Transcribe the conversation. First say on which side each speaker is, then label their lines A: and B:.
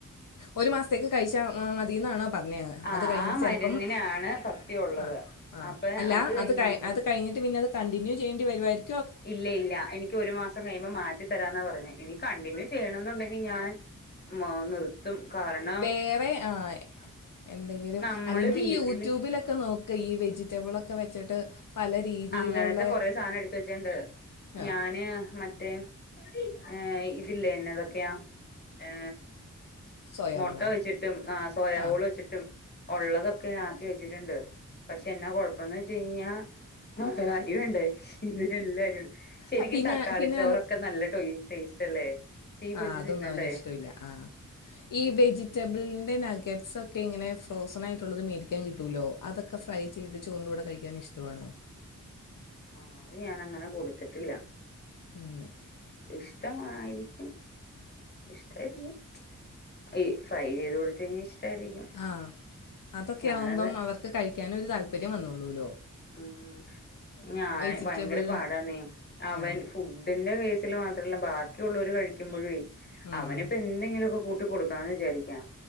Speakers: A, on the left (about 75°); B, on the left (about 30°).
A: ഒരു മാസത്തേക്ക് കഴിച്ചാ മതിന്നാണോ പറഞ്ഞെ
B: ആ
A: അത് കഴിഞ്ഞിട്ട്
B: ആ മരുന്നിനാണ്
A: ചിലപ്പം ആ മരുന്നില്ലാണ്
B: പത്ത്യം
A: <inaudible>
B: ഉള്ളത്
A: ആ ആ
B: അപ്പൊ
A: അല്ല
B: കഴിഞ്ഞ്
A: അത്
B: കഴിയുമ്പോ
A: അത് കഴിഞ്ഞിട്ട് പിന്നെത് കണ്ടിന്യൂ ചെയ്യേണ്ടി വരുവായിരി
B: ഇല്ല ഇല്ല എനി ഒരു മാസം കഴിയുമ്പോ മാറ്റി തരാന്നാ പറഞ്ഞ ഇനി കണ്ടിന്യൂ ചെയ്യണം എന്നുണ്ടെങ്കിൽ ഞാൻ മാ നിർ തും കാരണ
A: വേറെ ആ എന്തെങ്കിലും
B: നമ്മള്
A: അല്ലെങ്കിൽ
B: വീട്ടില്
A: യൂട്യൂബിലൊക്കെ നോ ക്കെ ഈ വെജിറ്റബിൾ ഒക്കെ വെച്ചിട്ട് പല രീതിയിലുള്ള
B: അങ്ങനത്തെ കൊറെ സാധനം എടുത്ത് വെച്ചിയ്ണ്ട്
A: ആ
B: ഞാന് മറ്റേ ഏ ഇതില്ലേ എന്നതൊക്കെയാ ഏ
A: സോയാബോളാ
B: മൊട്ട വെച്ചിട്ടും ആ സോയ
A: ആ
B: ഓള് വെച്ചിട്ടും ഉള്ളതൊക്കെ ആക്കി വെച്ചിട്ടുണ്ട് പക്ഷെ എന്നാ കുഴപ്പന്ന് വെച്ച് കഴിഞ്ഞാ ആ ഭാരാഗ്യവേണ്ടേ ഇതിനെല്ലരുംണ്ട് ശരിക്കും
A: ആ, പിന്നെ
B: തക്കാളി
A: പിന്നെ
B: ചോറൊക്കെ നല്ല ടേയ് ടേസ്റ്റ് അല്ലേ പക്ഷെ ഈ കൊച്ച്
A: ആ അതൊന്നും
B: തിന്നണ്ടേ
A: അവന് ഇഷ്ടവില്ല ആ ഈ വെജിറ്റബിളിൻ്റെ നഗറ്റ്സ്സ്സൊക്കെ ഇങ്ങനെ ഫ്രോസൺ ആയിട്ടുള്ളത് മേടിക്കാൻ കിട്ടുല്ലോ അതൊക്കെ ഫ്രൈ ചെയ്ത് ചോറിന്റെ കൂടെ കഴിക്കാൻ ഇഷ്ടവാണോ
B: ആ അത് ഞാൻ അങ്ങനെ കൊടുത്ത്ട്ടില്ല
A: ഏ
B: ഇഷ്ടമായിരിക്കും ഇഷ്ടായിരിക്കും ഈ ഫ്രൈ ചെയ്ത് കൊടുത്ത കഴിഞ്ഞ ഇഷ്ടായിരിക്കും
A: ആ അതൊക്കെ
B: ഞാനത്
A: ആവുമ്പം അവർക്ക് കഴിക്കാന് ഒരു താല്പര്യം വന്നോളൂല്ലോ
B: ഉം ഞാൻ
A: വെജിറ്റബിൾ
B: ഭയങ്കര പാടാന്നെ അവൻ
A: ആ
B: ഫുഡിന്റെ വേസ് ത്തില് മാത്രവല്ല ബക്കിയുള്ളവർ കഴിക്കുമ്പഴയ്
A: ഉം
B: അവനിപ്പോ എന്നെങ്ങനെ കൂട്ടികൊടു താണ്‌ വിചാരിക്കാ